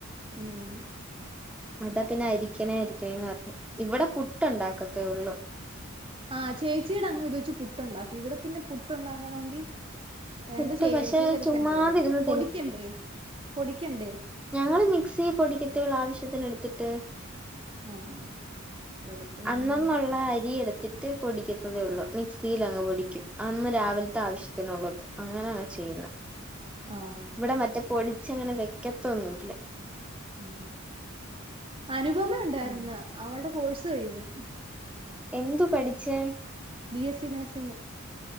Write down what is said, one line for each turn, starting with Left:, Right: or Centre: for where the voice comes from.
Right: ഉം
Centre: അതാ പിന്നെ അരിക്കണേ അരിക്കണേന്ന് പറഞ്ഞു ഇവിടെ പുട്ട് ഉണ്ടാക്കത്തേ ഉള്ളു
Right: ആഹ് ചേച്ചിയുടെ അങ് ഇത് വെച്ച് പുട്ടുണ്ടാക്കും ഇവിടെ പിന്നെ പുട്ടുണ്ടാക്കണമെങ്കിൽ
Centre: പുട്ട്
Right: എന്ത് ചെയ
Centre: പക്ഷെ
Right: ചെയ്തെടുക്കണ്ടേ
Centre: ചുമ്മാതിരുന്ന്
Right: അത് പൊടിക്കണ്ടേ പൊടിക്കണ്ടേ
Centre: ഞങ്ങള്ൾ മിക്സിയി പൊടിക്കത്തേയുള്ളൂ ആവശ്യത്തിന് എടുത്തിട്ട്
Right: ആഹ് ഇവിടെ പിന്നമ്മ
Centre: അന്നന്നുള്ള അരി എടുത്തിട്ട് മറ്റേ പൊടിക്കത്തതേ ഉള്ളൂ മിക്സിൽ അങ്ങ് പൊടിക്കും അന്ന് രാവിലത്തെ ആവശ്യത്തിനുള്ളത് അങ്ങനെയ ചെയ്യുന്നത്
Right: ആഹ്
Centre: ഇവിടെ മറ്റേ പൊടിച്ച അങ്ങനെ വെക്കത്തൊന്നുമില്ല
Right: ഉ അനുപമ ഉണ്ടായിരുന്ന്
Centre: ഉം
Right: അവളുടെ കോഴ്സ് കഴിഞ്ഞ്
Centre: എന്തു പഠിച്ചേ
Right: ബി എസ് സി നേർസിങ്